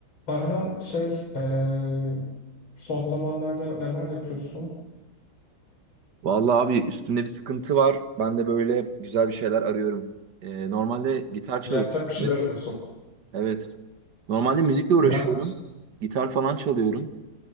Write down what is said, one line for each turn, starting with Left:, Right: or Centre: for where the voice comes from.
Left: Ayhan şey eee, son zamanlarda neler yapıyorsun?
Right: Vallahi abi üstümde bir sıkıntı var. Ben de böyle güzel bir şeyler arıyorum. Ee, normalde gitar çalıyorum.
Left: Yapacak bir şeyler arıyorsun.
Right: Evet. Normalde müzikle uğraşıyorum.
Left: Ben
Right: Gitar falan çalıyorum.